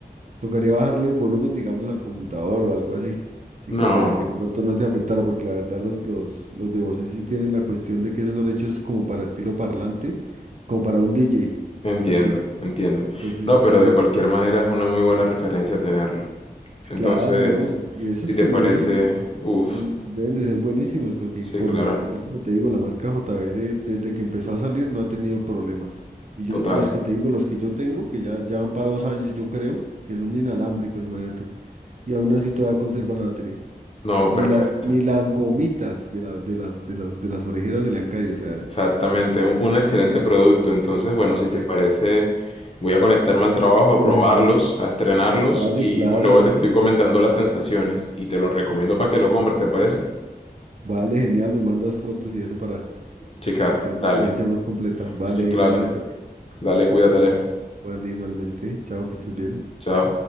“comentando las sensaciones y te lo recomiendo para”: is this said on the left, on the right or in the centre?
Left